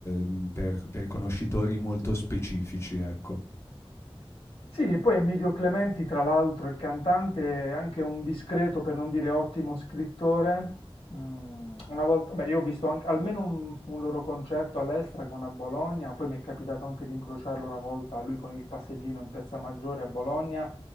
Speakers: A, on the left; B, on the left.
A: ehm, per, per conoscitori molto specifici, ecco.
B: Sì, e poi Emilio Clementi, tra l'altro, il cantante, è anche un discreto, per non dire ottimo scrittore. Mm, una volta, beh, io ho visto anche- almeno un, un loro concerto all'Estragon a Bologna, poi mi è capitato anche di incrociarlo una volta, lui con il passeggino in Piazza Maggiore a Bologna.